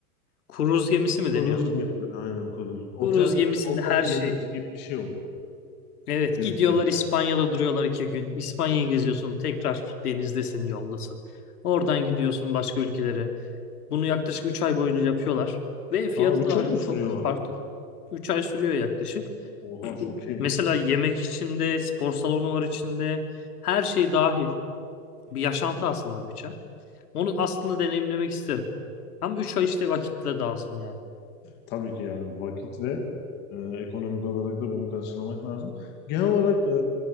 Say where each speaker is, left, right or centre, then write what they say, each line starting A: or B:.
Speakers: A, on the left; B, on the left.
A: Kruz gemisi mi
B: Kruz
A: deniyordu?
B: gemi, aynen kruz.
A: Kruz
B: Otel
A: gemisinde
B: otel
A: her şey.
B: gemisi gibi bir şey oluyor.
A: Evet
B: Yüzbük.
A: gidiyorlar İspanya'da duruyorlar iki gün. İspanya'yı geziyorsun tekrar denizdesin yoldasın. Oradan gidiyorsun başka ülkelere. Bunu yaklaşık 3 ay boyunca yapıyorlar. Ve fiyatı
B: Aa üç
A: da
B: ay
A: hani
B: mı sürüyor?
A: çok farklı. 3 ay sürüyor yaklaşık.
B: Oha
A: <clears throat>
B: çok iyiymiş.
A: Mesela yemek içinde, spor salonu var içinde. Her şey dahil. Bir yaşantı aslında bütçe. Onu aslında deneyimlemek isterim. Ama 3 ay işte vakitle lazım yani.
B: tabii ki yani vakit ve e, ekonomik olarak da bunu karşılamak lazım. Genel olarak e,